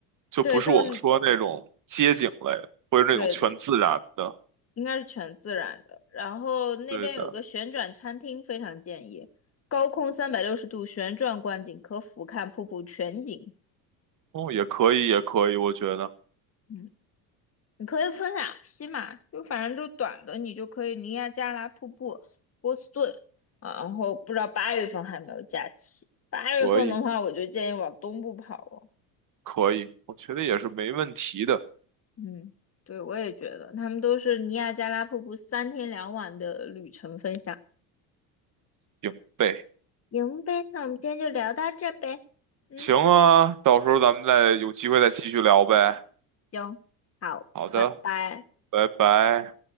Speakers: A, on the right; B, on the left.
A: 就不是我们说那种街景类，
B: 对，就是
A: 或者那种全自然的。
B: 对对对，应该是全自然的。然后那边有一个旋转餐厅，
A: 对的，
B: 非常建议，高空三百六十度旋转观景，可俯瞰瀑布全景。
A: 哦，也可以，也可以，我觉得
B: 嗯，你可以分两批嘛，就反正就短的，你就可以尼亚加拉瀑布、波士顿啊。然后不知道八月份还有没有假期，八月份的话，
A: 可以，
B: 我就建议往东部跑了。
A: 可以，我觉得也是没问题的。
B: 嗯，对，我也觉得他们都是尼亚加拉瀑布三天两晚的旅程分享。
A: 行呗，
B: 行呗，那我们今天就聊到这儿呗。嗯，
A: 行啊，到时候咱们再有机会再继续聊呗。
B: 行，好，
A: 好的，
B: 拜拜。
A: 拜拜。